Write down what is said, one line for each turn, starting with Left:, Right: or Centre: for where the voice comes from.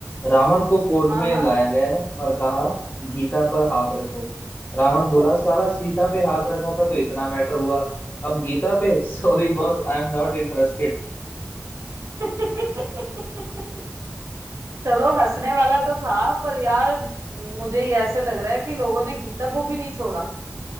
Left: रावण को कोर्ट
Right: हाँ
Left: में
Right: हाँ
Left: लाया गया और कहा गीता पर हाथ रखो रावण बोला साला सीता पे हाथ रखा था तो इतना मैटर हुआ अब गीता पे <laughs> sorry boss I am not interested
Right: <laughs> चलो हंसने वाला तो था पर यार मुझे ही ऐसे लग रहा है कि लोगों ने गीता को भी नहीं छोड़ा